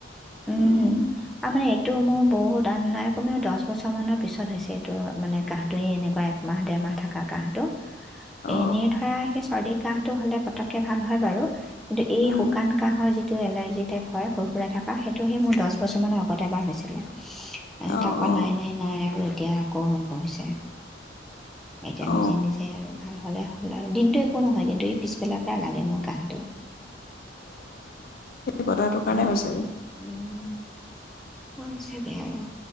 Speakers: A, on the left (about 50°); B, in the centre.
A: উম
B: উম আমাৰ এইটো মোৰ বহুত আন নাই কমেও দহ বছৰমানৰ পিছত হৈছে এইটো মানে কাঁহটোৱে এনেকুৱা একমাহ ডেৰমাহ থকা কাঁহটো
A: অ
B: এনেই ধৰা সেই চৰ্দি কাহটো হ'লে পতককে ভাল হয় বাৰু কিন্তু এই
A: উম
B: শুকান কাহৰ যিটো টো এলাৰ্জি টাইপ হয় সুৰ সুৰাই থাক বা সেইটো সেই মোৰ দহ বছৰমানৰ আগতে এবাৰ হৈছিলে তাৰ
A: অ
B: পৰা
A: অ
B: নাই নাই নাই আৰু এতিয়া আকৌ আৰম্ভ হৈছে এতিয়া
A: অ
B: নিজে নিজে আৰু ভাল হ'লে ল আৰু দিনটো একো নহয় কিন্তু এই পিছবেলাৰ পৰা লাগে মোৰ কাহিনী
A: বহটো কাৰণে
B: উম,
A: হৈছেগে
B: উম, হয় চাগে আৰু